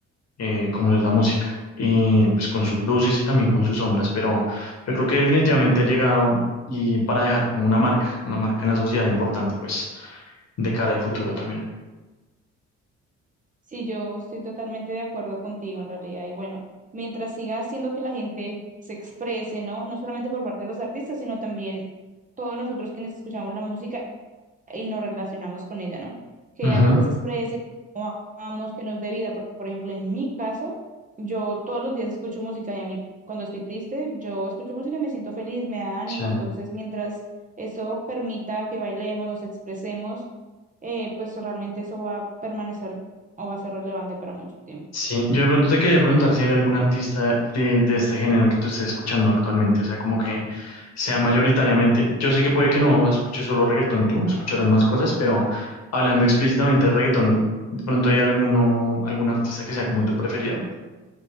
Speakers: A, on the left; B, on the right.
A: eh, como es la música. Y pues con sus luces y también con sus sombras, pero yo creo que definitivamente ha llegado y para dejar como una marca, una marca en la sociedad importante, pues, de cara al futuro también.
B: Sí, yo estoy totalmente de acuerdo contigo en realidad. Y bueno, mientras siga haciendo que la gente se exprese, ¿no? No solamente por parte de los artistas, sino también todos nosotros quienes escuchamos la música y nos relacionamos con ella, ¿no? Que
A: Ujú,
B: haga que se exprese, amamos que nos dé vida, porque por ejemplo en mi caso, yo todos los días escucho música y a mí cuando estoy triste, yo escucho música y me siento feliz, me da ánimo,
A: sí.
B: entonces mientras eso permita que bailemos, nos expresemos, eh, pues realmente eso va a permanecer o va a ser relevante para mucho tiempo.
A: Sí, yo de pronto te quería preguntar si hay algún artista de, de este género que tú estés escuchando actualmente, o sea, como que sea mayoritariamente. Yo sé que puede que no escuches solo reggaetón tú, escucharás más cosas, pero hablando explícitamente de reggaetón, ¿de pronto hay alguno, algún artista que sea como tu preferido?